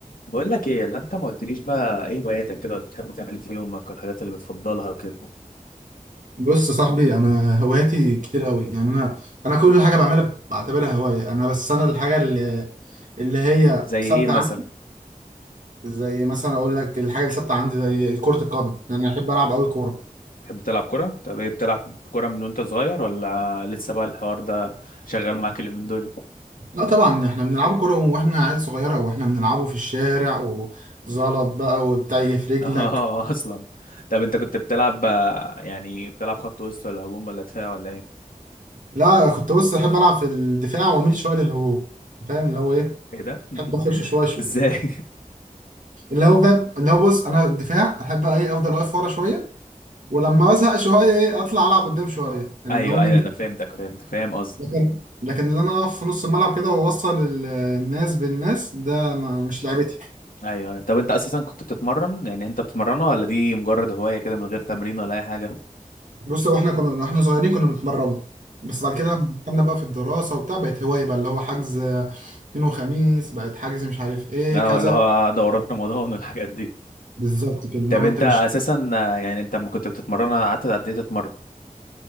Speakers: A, on the left; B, on the right.
A: بقول لك ايه اللي انت ما قلتليش بقى ايه هواياتك كده اللي بتحب تعمل إيه في يومك والحاجات اللي بتفضلها وكده
B: بص يا صاحبي انا هواياتي كتير قوي يعني انا انا كل حاجه بعملها بعتبرها هوايه يعني انا بس انا الحاجه اللي اللي هي
A: زي
B: ثابته
A: ايه مثلا
B: عندي زي مثلا اقول لك الحاجه اللي ثابته عندي زي كره القدم يعني انا احب العب قوي كوره
A: تحب تلعب كرة؟ طب ايه بتلعب كرة من وانت صغير ولا لسه بقى الحوار ده شغال معاك اليومين دول؟ <laughs>
B: لا طبعا احنا بنلعب كوره واحنا عيال صغيره واحنا بنلعبه في الشارع وزلط بقى وبتاع في رجلك
A: اه اصلا طب انت كنت بتلعب آه، يعني بتلعب خط وسط ولا هجوم ولا دفاع ولا ايه؟
B: لا كنت بص احب العب في الدفاع واميل شويه للهجوم فاهم اللي هو ايه
A: ايه ده؟
B: احب اخش
A: <laughs>
B: شويه شويه
A: ازاي؟
B: اللي هو فاهم اللي هو بص انا الدفاع احب ايه افضل واقف ورا شويه ولما بزهق شويه ايه اطلع العب قدام شويه
A: <laughs>
B: ان
A: ايوه
B: هو من
A: ايوه
B: ده
A: انا فهمتك فهمت فاهم قصدك
B: لكن لكن اللي انا اقف في نص الملعب كده واوصل ال- الناس بالناس ده ما مش لعبتي
A: ايوه ايوه. طب انت اساسا كنت بتتمرن يعني انت بتتمرنها ولا دي مجرد هواية كده من غير تمرين ولا اي حاجة؟
B: بص هو احنا كنا واحنا صغيرين كنا بنتمرنوا بس بعد كده لما دخلنا بقى في الدراسه وبتاع بقت هوايه بقى اللي هو حجز اثنين وخميس بقت حجز مش عارف ايه
A: اه
B: كذا
A: اللي هو دورات رمضان والحاجات دي
B: بالظبط كده لو
A: طب انت
B: انت مش
A: اساسا آه، يعني انت لما كنت بتتمرن قعدت قد ايه تتمرن